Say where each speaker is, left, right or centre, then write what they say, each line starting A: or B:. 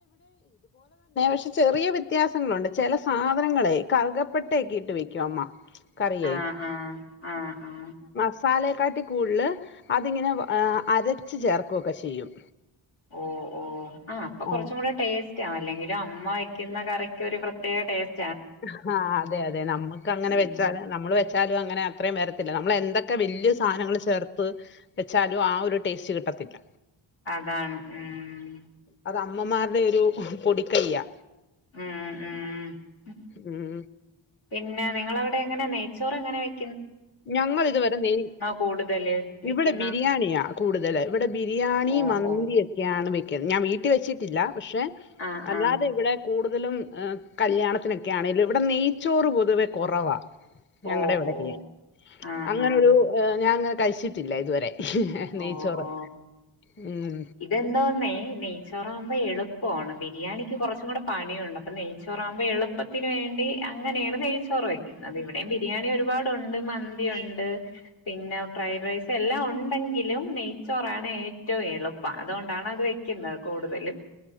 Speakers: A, on the left; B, on the left.
A: പക്ഷേ ചെറിയ വ്യത്യാസങ്ങളുണ്ട്, ചെല സാധനങ്ങളെ കറുകപ്പെട്ടക്കെ ഇട്ട് വെക്കും അമ്മ. കറിയേ
B: ആ ആ ആ ആ
A: മസാലെക്കാട്ടി കൂടുല് അതിങ്ങനെ വ് ഏ അരച്ച് ചേർക്കു ഒക്കെ ചെയ്യും.
B: ഓ ഓ ആ അപ്പ കൊറച്ചും
A: ആഹ്
B: കൂടെ ടേസ്റ്റ് ആ അല്ലെങ്കിൽ <unintelligible> അമ്മ വെയ്ക്കുന്ന കറിക്കൊരു പ്രത്യേക ടേസ്
A: ഹാ അതെ അതെ നമ്മുക്ക് അങ്ങനെ
B: ഉം
A: വെച്ചാല് നമ്മള് വെ ച്ചാലും അങ്ങനെ അത്രയും വരത്തില്ല നമ്മള് എന്തൊക്കെ വല്യ സാധനങ്ങള് ചേർത്ത് വെച്ചാലും ആ ഒരു ടേസ്റ്റ് കിട്ടത്തില്ല.
B: അതാണ് ഉം
A: അത് അമ്മമാരുടെ ഒരു പൊടി കയ്യാ
B: ഉം ഉ
A: ഉം
B: പിന്നെ നിങ്ങളവിടെ എങ്ങന നെയ് ചോറ്ങ്ങനെ വെയ്
A: ഞങ്ങളിതുവരെ നെയ്
B: കൂടുതല് വെക്കുന്ന
A: ഇവിടെ ബിരിയാണിയാ കൂടുതല് ഇവിടെ ബിരിയാണി
B: ഓ
A: മന്തി
B: ഓ
A: ഒക്കെയാണ് വെ ക്കും ഞാൻ വീട്ടി വെച്ചിട്ടില്ല. പക്ഷെ
B: ആഹ്
A: അല്ലാതിവിടെ
B: ആഹ്
A: കൂടുതലും ഏഹ് കല്യാണത്തിനൊക്കെയാണേലും ഇവിടെ നെയ്ച്ചോറ് പൊതുവെ കുറവാ ഞങ്ങടിവടക്കയേ
B: ഓ ഓ ആഹ്
A: അങ്ങനൊരൂ
B: ആഹ്
A: ഏഹ് ഞാ അങ്ങനെ കഴിച്ചിട്ടില്ല ഇതുവരെ. നെയ്ച്ചോറ്.
B: ഓ ഓ
A: ഉം.
B: ഇതെന്തോന്നേ നെയച്ചോ റവുമ്പോ എളുപ്പവാണ് ബിരിയാണിക്ക് കുറച്ചും കൂടെ പണിയുണ്ട് അപ്പൊ നെയ്ച്ചോറാവുമ്പോ എളുപ്പത്തിന് വേണ്ടി അങ്ങനെയാണ് നെയ്ച്ചോറ് വെക്കുന്നത്. ഇവിടെയും ബിരിയാണി ഒരുപാടുണ്ട് മന്തി ഒണ്ട് പിന്നെ ഫ്രൈഡ് റൈസ് എല്ലാം ഒണ്ടെങ്കി ലും നെയ്ച്ചോറാണ് ഏറ്റവും എളുപ്പം അതുകൊണ്ടാണ് അത് വെക്കുന്നത് കൂടുതലും